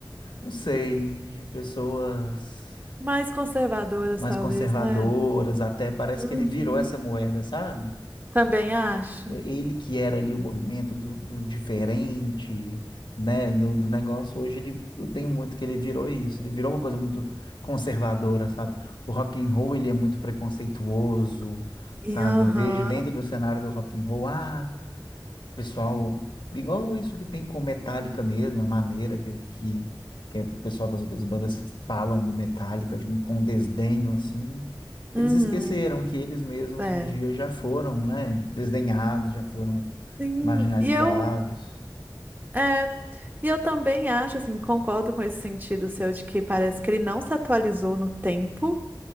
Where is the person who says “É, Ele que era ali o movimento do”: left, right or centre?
Left